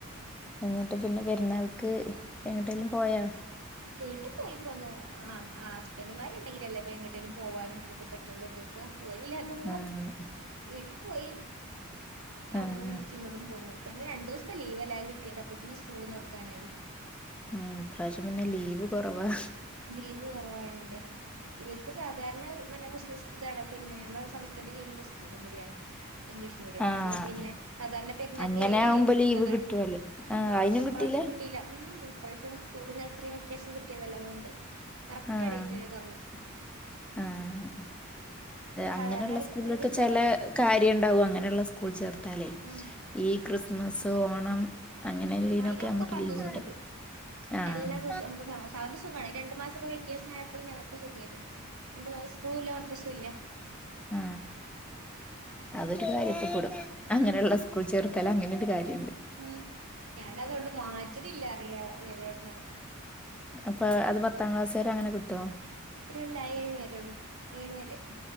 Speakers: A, in the centre; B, on the right.
A: എന്നിട്ട് പിന്നെ പെരുന്നാൾക്ക് എങ്ങട്ടെലും പോയോ?
B: വീട്ടിൽ പോയി പോന്നു ആ ആ ഹസ്ബൻഡുമാരുണ്ടെങ്കില് അല്ലേ ഇപ്പ എങ്ങട്ടേലും പോവാനും ഇതിനൊക്കെ പറ്റുള്ളത്. അപ്പം ഓല് ഇല്ലാത്തപ്പോ
A: ആഹ്
B: വീട്ടിൽ പോയി. അവിടന്ന്
A: ആഹ്
B: തിരിച്ച ഇങ്ങോട്ടും പോന്ന് പിന്നെ രണ്ടു ദിവസത്തെ ലീവ് അല്ലേ കിട്ടിയത് അപ്പോതേക്കും സ്കൂളും തുറക്കാനായില്ലേ?
A: ഉം ഇപ്രാവിശ്യം പിന്നെ ലീവ് കുറവാ.
B: ലീവ് കുറവായോണ്ട് ഇവർക്ക് സാധാരണ മുസ്ലിംസ് ഇതാണ് പിന്നെ നമ്മളുടെ സംസ്ഥത്തിന്റെ കീഴിലുള്ള സ്കൂളും കൂടിയാണ് ഇംഗ്ലീഷ്
A: ആഹ്
B: അപ്പൊ പിന്നെ സാാരണ പെരുന്നക്ക്
A: അങ്ങനെ
B: ഏയ്യ്ലീവ്
A: ആവുമ്പോ
B: കിട്ടുന്നതാണ്
A: ലീവ് കിട്ടുവല്ലോ ആഹ് അയിനും
B: പക്ഷെ
A: കിട്ടീല
B: പ്രാവശ്യം കിട്ടയി ഉം പ്രശ്യ സ്കൂ ഇത്രയും വെക്കേഷൻ കിട്ടിയതല്ലോ അതുകൊണ്ട് കറക്റ്റ്
A: ആഹ്
B: ആഡേറ്റ്ന് തുറന്നു.
A: ആഹ് അങ്ങനെയുള്ള
B: സാധാരണ അവർക്ക്
A: സ്കൂളിലൊക്കെ
B: ഇങ്ങനെ കിട്ടണതാ
A: ചെല കാര്യം ഉണ്ടാവും അങ്ങനെയുള്ള സ്കൂൾ ചേർത്താലേ
B: ഉം
A: ഈ ക്രിസ്മസ് ഓണം. അങ്ങനെല്ലീനൊക്കെ
B: അയിനൊക്കെ
A: നമ്മക്ക്
B: പത്തുസം
A: ലീവ്
B: കിട്ടും.
A: ആഹ്
B: എല്ലാം സുഖമാണ് രണ്ടു മാസ ഇ വെക്ക അ ഞാനക്കക്ക് സുഖമായിരുന്നു രണ്ടു മാസം സ്കൂളൂല്ല മാത്രം സുല്ല.
A: ഉ അതൊരു കാര്യത്തിൽപ്പെടും അങ്ങനെയുള്ള
B: ഉം
A: കുൾ ചറർത്തല അങ്ങനൊ ഒരു കാര്യുണ്ട്.
B: ഉം ഞാന അതുകണ്ട് മാറ്റിട്ടില്ല അറിയ വരന്ന്
A: അപ്പൊ അത് പത്താം ക്ലാസ് വരെ അങ്ങനെ കിട്ടുമോ?
B: അല്ല ഏഴ വര ഉള്ളു ഏഴ വരെ